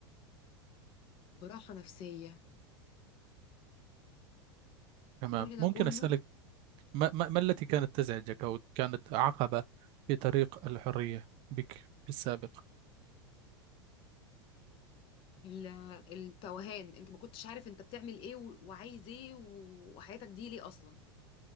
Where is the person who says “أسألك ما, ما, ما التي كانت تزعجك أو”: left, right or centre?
Right